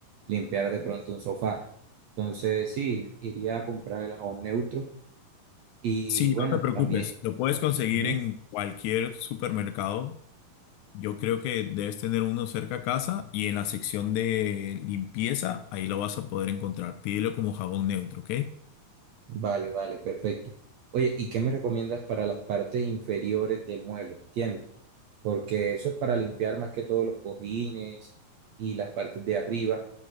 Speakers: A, on the right; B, on the left.
A: limpiar de pronto un sofá. Entonces, sí, iría a comprar el jabón neutro. Y
B: Sí, no
A: bueno,
B: te preocupes,
A: también.
B: lo puedes conseguir
A: ujú,
B: en cualquier supermercado. Yo creo que debes tener uno cerca a casa y en la sección de limpieza, ahí lo vas a poder encontrar. Pídelo como jabón neutro, ¿ok?
A: Vale, vale, perfecto. Oye, ¿y qué me recomiendas para las partes inferiores del mueble? ¿Entiendes? Porque eso es para limpiar más que todo los cojines y las partes de arriba,